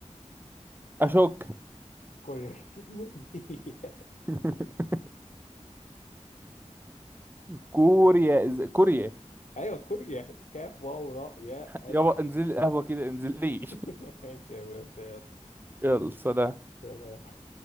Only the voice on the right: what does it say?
اشك
<laughs> كوريا إز- كوريا
يابا
انزل القهوة كده انزل لي
<laughs> يلا سلام